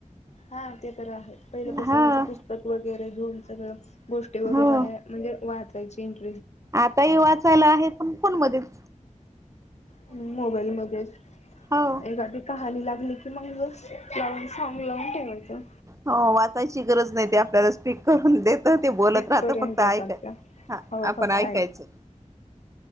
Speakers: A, on the left; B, on the right.
A: हा ते तर आहे पहिलं कसं
B: हा
A: म्हणजे, पुस्तक वगैरे घेऊन सगळं गोष्टी वगैरे
B: हो
A: आहे म्हणजे वाचायची इंट
B: आताही वाचायला आहे पण फोन मध्येच
A: हम मोबाईल मध्येच
B: हो
A: एखादी कहाणी लागली की मग लावून सांग लावून ठेवायचं.
B: हो वाचायची गरज नाही ते आपल्याला स्पीक करून देत. ते बोलत
A: स्पीक
B: राहत
A: करून
B: फक्त
A: देतात
B: ऐकाय
A: त्या
B: हा
A: हवं
B: आपण
A: फक्त
B: ऐकायचं.